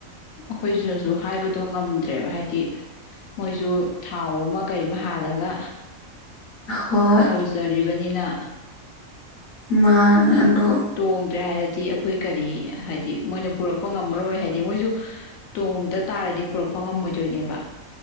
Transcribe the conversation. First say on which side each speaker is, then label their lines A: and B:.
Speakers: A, on the left; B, on the left.
A: ꯑꯩꯈꯣꯏꯁꯤꯁꯨ ꯍꯥꯏꯕꯗꯣ ꯉꯝꯗ꯭ꯔꯦꯕ ꯍꯥꯏꯗꯤ ꯃꯣꯏꯁꯨ ꯊꯥꯎ ꯑꯃ ꯀꯩ ꯑꯃ ꯍꯥꯜꯂꯒ
B: ꯍꯣꯏ
A: ꯇꯧꯖꯔꯤꯕꯅꯤꯅ
B: ꯃꯥꯅꯦ ꯑꯗꯣ
A: ꯇꯣꯡꯗ꯭ꯔꯦ ꯍꯥꯏꯔꯗꯤ ꯑꯩꯈꯣꯏ ꯀꯔꯤ ꯍꯥꯏꯗꯤ ꯃꯣꯏꯅ ꯄꯨꯔꯛꯄ ꯉꯝꯃꯔꯣꯏ ꯍꯥꯏꯗꯤ ꯃꯣꯏꯁꯨ ꯇꯣꯡꯗ ꯇꯥꯔꯗꯤ ꯄꯨꯔꯛꯄ ꯉꯝꯃꯣꯏꯗꯣꯏꯅꯦꯕ